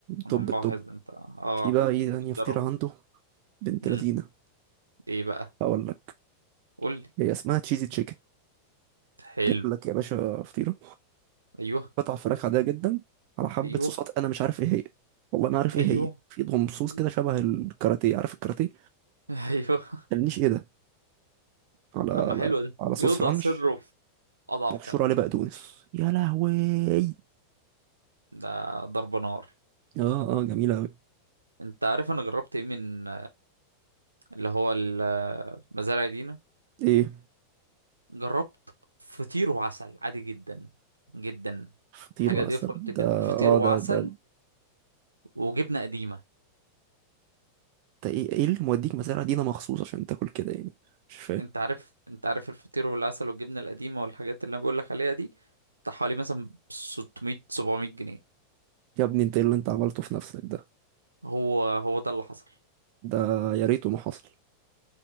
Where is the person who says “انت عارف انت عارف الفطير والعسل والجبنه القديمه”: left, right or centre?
Right